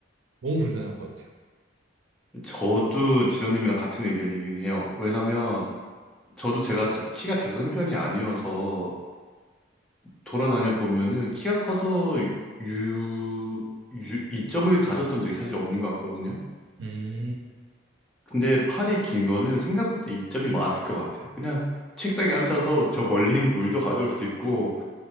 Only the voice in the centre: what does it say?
저도 진원님이랑 같은 의견이긴 해요. 왜냐면 저도 제가 자- 키가 작은 편이 아니어서 돌아다녀 보면은 키가 커서 유, 유, 이점을 가졌던 적이 사실 없는 것 같거든요.
근데 팔이 긴 거는 생각보다 이점이 많을 것 같아요. 그냥 책상에 앉아서 저 멀리 있는 물도 가져올 수 있고